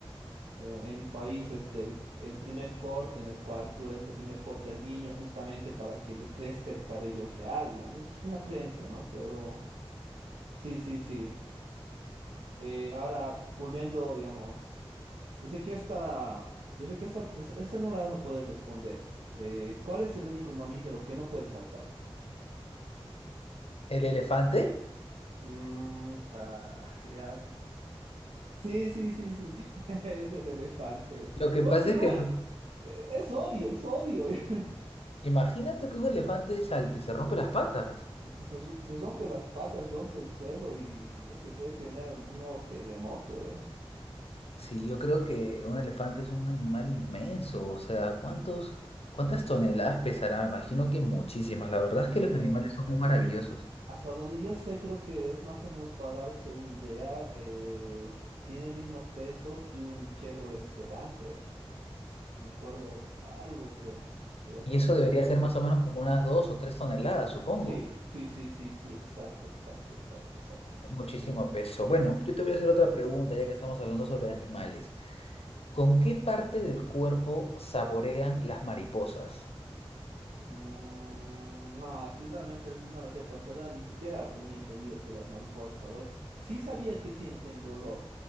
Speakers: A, on the right; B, on the left.
A: eh, en mi país, este, el primer corte en el cual tú le haces el primer corte al niño justamente para que le crezca el cabello real, digamos, es una creencia, ¿no? Pero sí, sí, sí. Eh, ahora, volviendo, digamos. Yo sé que esta, yo sé que esta, es- esta no la vas a poder responder. Eh, ¿cuál es el único mamífero que no puede saltar?
B: ¿El elefante?
A: Mm, ah, <laughs> ya. Sí, sí, sí, sí, sí. <laughs> Es el elefante.
B: Lo que
A: Bueno,
B: pasa
A: igual,
B: es que
A: eh, es obvio, es obvio. <laughs>
B: imagínate que un elefante salte, se rompe las patas.
A: Se, se se rompe las patas, rompe el suelo y yo qué sé, que genera un, un nuevo terremoto, ¿ya?
B: Sí, yo creo que un elefante es un animal inmenso, o sea, ¿cuántos, cuántas toneladas pesará? Me imagino que muchísimas. La verdad
A: Eh,
B: es que los animales son muy maravillosos.
A: hasta donde yo sé, creo que es más o menos para darse una idea, eh, tiene el mismo peso que un Chevrolet Sedán, creo. me acuerdo algo, creo, que hacían
B: Y eso
A: esa
B: debería
A: comparativa.
B: ser más o menos como unas dos o tres toneladas, supongo.
A: Sí, sí, sí, sí, sí, exacto, exacto, exacto, exacto, exacto,
B: Es muchísimo
A: exacto.
B: peso. Bueno, yo te voy a hacer otra pregunta, ya que estamos hablando sobre animales. ¿Con qué parte del cuerpo saborean las mariposas?
A: Mm, no, sí, realmente sí no lo sé para Empezar, ni siquiera tenía entendido que las mariposas saborean. Sí sabía que sienten dolor.